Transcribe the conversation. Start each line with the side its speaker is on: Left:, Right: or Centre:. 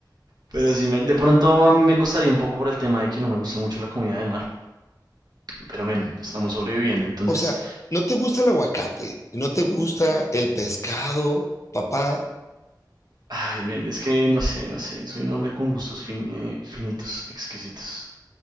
Right: Pero sí, me- de pronto a mí me costaría un poco por el tema de que no me gusta mucho la comida de mar. Pero, men, estamos sobreviviendo, entonces,
Left: O sea, no te gusta el aguacate, y no te gusta el pescado, papá,
Right: ay, men, es que no sé, no sé, soy un hombre con gustos fin- eh, finitos, exquisitos,